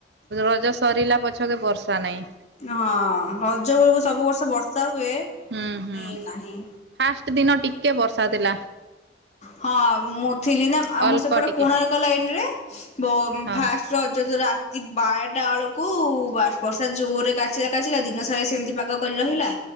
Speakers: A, on the right; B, on the left.
A: ରଜ ସରିଲା ପଛକେ ବର୍ଷା ନାଇଁ।
B: ହଁ ରଜ ବଳକୁ ସବୁ ବର୍ଷା ହୁଏ
A: ହୁଁ ହୁଁ
B: ହେଇନାହିଁ।
A: ଫାଷ୍ଟ ଦିନ ଟିକେ ବର୍ଷା ଥିଲା।
B: ହଁ ମୁଁ ଥିଲି ନା ଆମ
A: ଅଳ୍ପ
B: ସେପଟ
A: ଟିକେ
B: କୋଣାର୍କ ଲାଇନରେ ବ
A: ହଁ।
B: ଫାଷ୍ଟ ରଜ ଯୋ ରାତି ବାରଟା ବେଳକୁ ବର୍ଷା ଜୋରରେ କାଚିଲା କାଚିଲା ଦିନ ସାରା ସେମିତି ପାଗ କରି ରହିଲା